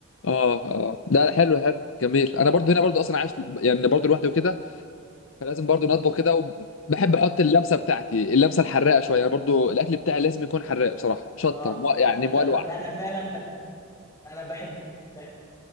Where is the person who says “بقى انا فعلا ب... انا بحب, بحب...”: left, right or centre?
Left